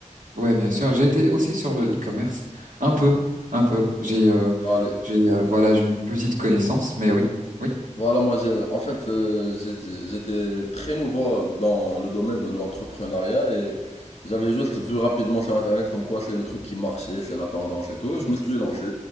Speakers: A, on the right; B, on the left.
A: Ouais, bien sûr. J'ai été aussi sur le e-commerce, un peu, un peu. J'ai, euh,
B: Allez.
A: j'ai, euh, voilà, j'ai une petite connaissance, mais oui, oui,
B: Voilà, moi, j'ai- en fait, euh, j'étais j'étais très nouveau dans le domaine de l'entrepreneuriat et j'avais juste vu rapidement sur Internet comme quoi c'est le truc qui marchait, c'est la tendance et tout. Je me suis lancé.